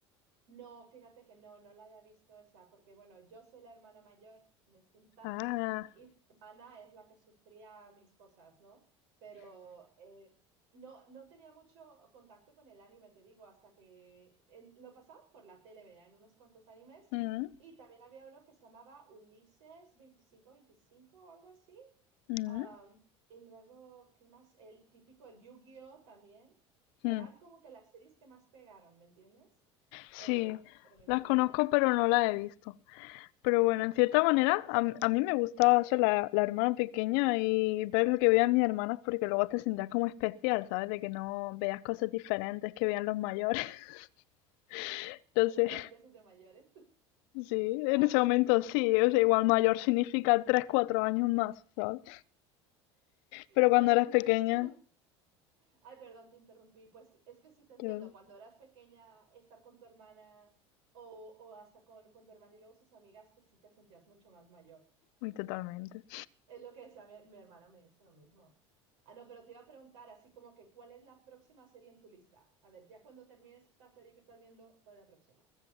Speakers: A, on the right (about 70°); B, on the left (about 65°).
A: No, fíjate que no, no la había visto esa, porque bueno, yo soy la hermana mayor en esta instancia
B: Ah,
A: y mi hermana es la que sufría mis cosas, ¿no? Pero eh, no, no tenía mucho contacto con el anime, te digo, hasta que en- lo pasaba por la tele, veían unos cuantos animes
B: mm,
A: y también había uno que se llamaba Ulises veinticinco veinticinco o algo así.
B: mm,
A: Am, y luego, ¿qué más? El típico, el Yu-Gi-Oh también, que
B: mm.
A: eran como que las series que más pegaron, ¿me entiendes?
B: Sí,
A: Eh, pero me encanta.
B: las conozco, pero no las he visto. Pero bueno, en cierta
A: Son
B: manera,
A: conocidos,
B: a,
A: sí.
B: m-
A: <laughs>
B: a mí me gustaba ser la, la hermana pequeña y ver lo que veían mis hermanas, porque luego te sentías como especial, ¿sabes? De que no veías cosas diferentes que veían los mayores. <laughs> Entonces,
A: Eran cosas de mayores. <laughs>
B: sí, en
A: Ah,
B: ese
A: qué
B: momento
A: bien.
B: sí, o sea, igual mayor significa 3 4 años más, ¿sabes? Pero
A: Y
B: cuando
A: a ver,
B: eras
A: ¿cuál
B: pequeña,
A: es tú? Ay, perdón, te interrumpí. Pues es que sí te entiendo.
B: yo,
A: Cuando eras pequeña, estar con tu hermana o, o hasta con, con tu hermana y luego sus amigas, pues sí te sentías mucho más mayor.
B: muy totalmente.
A: Es lo que decía mi, mi hermana, me dice lo mismo. Ah, no, pero te iba a preguntar así como que, ¿cuál es la próxima serie en tu lista? A ver, ya cuando termines esta serie que estás viendo, ¿cuál es la próxima?